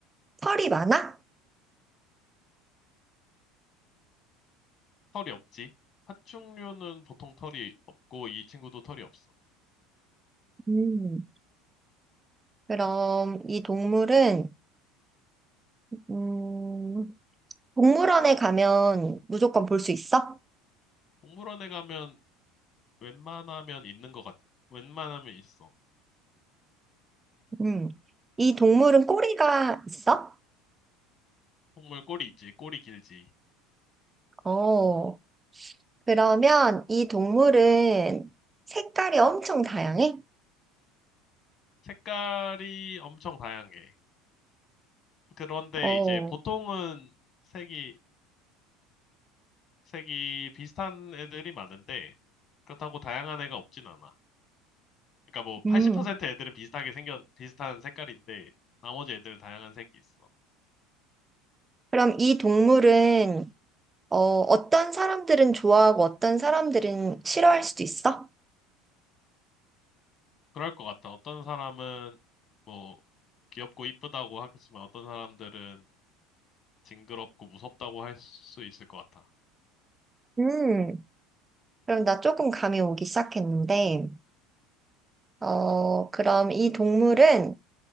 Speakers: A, on the right; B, on the left.
A: 털이 많아?
B: 털이 없지. 파충류는 보통 털이 없고 이 친구도 털이 없어.
A: 음, 그럼 이 동물은, 음, 동물원에 가면 무조건 볼 수 있어?
B: 동물원에 가면 웬만하면 있는 것 같아. 웬만하면 있어.
A: 음, 이 동물은 꼬리가 있어?
B: 동물 꼬리 있지, 꼬리 길지.
A: 어, 그러면 이 동물은 색깔이 엄청 다양해?
B: 색깔이 엄청 다양해. 그런데
A: 어,
B: 이제 보통은 색이 색이 비슷한 애들이 많은데 그렇다고 다양한 애가 없진 않아. 그러니까 뭐 80%
A: 음,
B: 애들은 비슷하게 생겨 비슷한 색깔인데 나머지 애들은 다양한 색이 있어.
A: 그럼 이 동물은 어, 어떤 사람들은 좋아하고 어떤 사람들은 싫어할 수도 있어?
B: 그럴 것 같아. 어떤 사람은 뭐 귀엽고 이쁘다고 하겠지만 어떤 사람들은 징그럽고 무섭다고 할 수 있을 것 같아.
A: 음, 그럼 나 조금 감이 오기 시작했는데, 어, 그럼 이 동물은